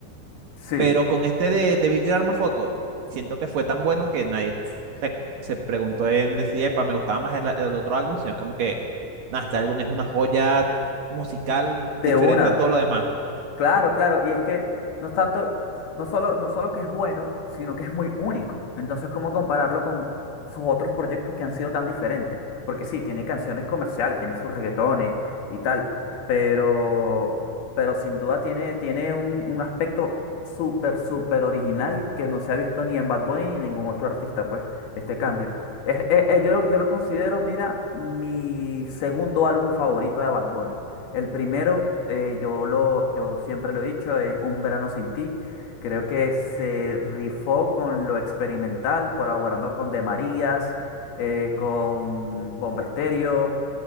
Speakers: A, on the left; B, on the right.
A: sí.
B: pero con este de, de Beat y Arma Foto, siento que fue tan bueno que nadie se, se preguntó en decir, epa, me gustaba más el, el otro álbum, sino es como que, nada, este álbum es una joya musical
A: De
B: diferente
A: una.
B: a todo lo demás.
A: Claro, claro, y es que no es tanto, no solo, no solo que es bueno, sino que es muy único. Entonces, ¿cómo compararlo con sus otros proyectos que han sido tan diferentes? Porque sí, tiene canciones comerciales, tiene sus reggaetones y tal, pero, pero sin duda tiene, tiene un, un aspecto súper, súper original que no se ha visto ni en Bad Bunny ni en ningún otro artista, pues, este cambio. Es, es- es- yo, lo- yo lo considero, mira, mi segundo álbum favorito de Bad Bunny. El primero, eh, yo lo, yo siempre lo he dicho, es Un Verano Sin Ti. Creo que se rifó con lo experimental, colaborando con De Marías, eh, con Bomba Estéreo,